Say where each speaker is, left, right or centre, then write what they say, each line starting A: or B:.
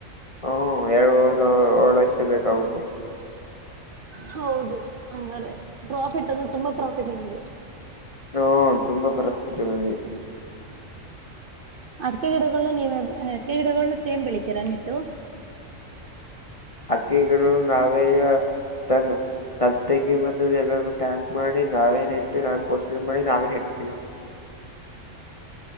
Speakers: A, on the left (about 30°); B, on the right (about 50°).
A: ಹ್ಮ್ ಎರಡು ವ ವರ್ಳ ಲಕ್ಷ ಬೇಕಾಗುತ್ತೆ
B: ಹೌದು ಹಂಗಾರೆ ಪ್ರಾಫಿಟ್ ಅದು ತುಂಬಾ ಪ್ರಾಫಿಟ್ ನಮಗೆ
A: ಹ್ಮ ತುಂಬಾ ಪರಿಸ್ಥಿತಿ ನಮಗೆ
B: ಅಡಕೆ ಗಿಡಗಳ್ನ್ನ ನೀವ ಅಡಕೆ ಗಿಡಗಳನ್ನ ಸೇಮ್ ಬೆಳಿತೀರಾ ನಿಟ್ಟು
A: ಅಡಕೆ ನಾವೇ ತನ್ನ ನಮ ತೆಂಗಿ ಮತ್ತ ಎಲ್ಲ ಪ್ಯಾಕ್ ಮಾಡಿ ನಾವೇನ್ ಇಟ್ಟು ನಾವವು ಪೋಷಣ ಮಾಡಿ ನಾವೇನ್ ಇಡ್ತೀವಿ <unintelligible>